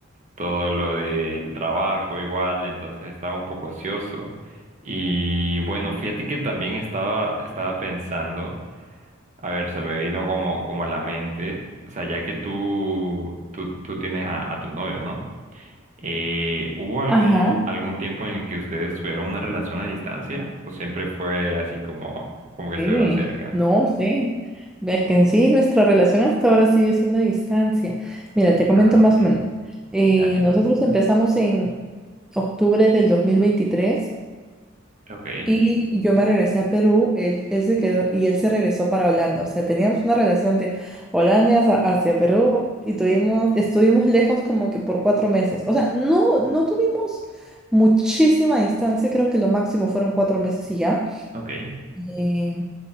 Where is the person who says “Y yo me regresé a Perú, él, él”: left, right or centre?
Centre